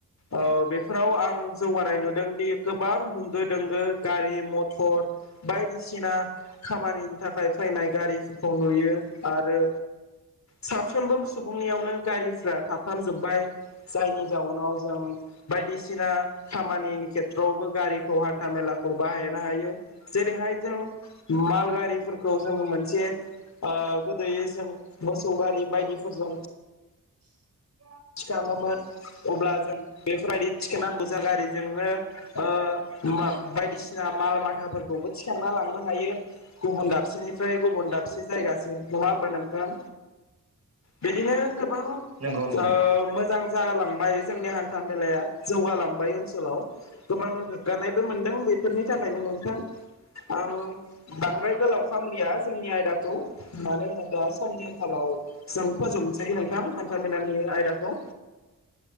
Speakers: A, on the left; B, on the right.
A: ओ बे फोराव आं जौगानाय नुदोंदि गोबां होंगो दोंगो गारि मथर बायदिसिना खामानिनि थाखाय फैनाय गारिफोरखौ नुयो आरो साफ्रोमबो सुबुंनियावनो गारिफ्रा थाफ्रामजोब्बाय जायनि जाउनाव जों बायदिसिना खामानिनि खेथ्रआवबो गारिखौ हान्था मेलाखौ बाहायनो हायो जेरैहाय जों माल गारिफोरखौ जों मोनसे ओ गोदोयो जों मोसौ गारि बायदिफोरजों
B: <inaudible>
A: थिखाङोमोन अब्ला जों बेफोरबायदि थिखांनांगौ जा गारिजोंनो ओ मा बायदिसिना माल माथाफोरखौबो थिखांना लांनो हायो गुबुन दाबसेनिफ्राय गुबुन दाबसे जायगासिम नङा होमबा नोंथां बिदिनो गोबां
B: नंगौ नोंथां
A: औ मोजां जालांबाय जोंनि हान्था मेलाया जौगालांबाय ओनसोलाव गोबां गोग्गानायबो मोनदों बेफोरनि थाखायनो नोंथां आं बांद्राय गोलाव खालामलिया जोंनि आयदाखौ मानो होनोब्ला समनि आंखालाव जों फोजोबनोसै नोंथां हान्था मेलानि नि‌ आयदाखौ